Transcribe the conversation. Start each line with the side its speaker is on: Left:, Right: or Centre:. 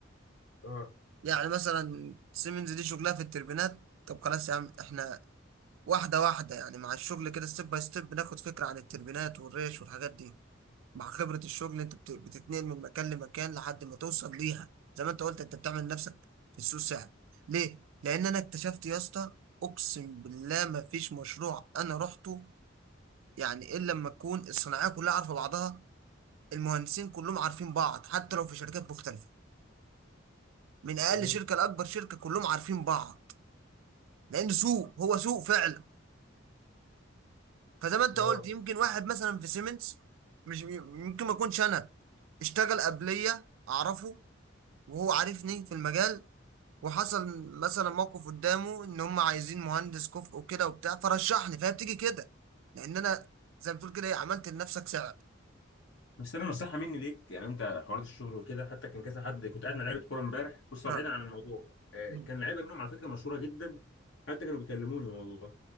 Left: اه
Right: يعني مثلا سيمنز دي شغلها في التربينات طب خلاص يا عم احنا واحدة واحدة يعني مع الشغل كده ستيب باي ستيب بناخد فكرة عن التربينات والريش والحاجات دي مع خبرة الشغل انت بت- بتتنقل من مكان لمكان لحد ما توصل ليها زي ما انت قلت انت بتعمل نفسك في السوق ساعة ليه؟ لأن أنا اكتشفت يا اسطى أقسم بالله ما فيش مشروع أنا رحته يعني إلا لما تكون الصناعية كلها عارفة بعضها المهندسين كلهم عارفين بعض حتى لو في شركات مختلفة من أقل
Left: جميل
Right: شركة لأكبر شركة كلهم عارفين بعض لأن سوق هو سوق فعلا فزي ما انت
Left: اه
Right: قلت يمكن واحد مثلا في سيمنز مش يمكن ما يكونش انا اشتغل قبليه اعرفه وهو عارفني في المجال وحصل مثلا موقف قدامه ان هم عايزين مهندس كفء وكده وبتاع فرشحني فهي بتيجي كده لان انا زي ما بتقول كده ايه، عملت لنفسك سعر
Left: بس انا نصيحه مني ليك يعني انت حوارات الشغل وكده حتى كان كذا حد كنت قاعد مع لعيبه كوره امبارح بص هو بعيدا
Right: اه
Left: عن الموضوع آه،
Right: مم.
Left: كان لعيبه منهم على فكره مشهوره جدا حتى كانوا بيكلموني والله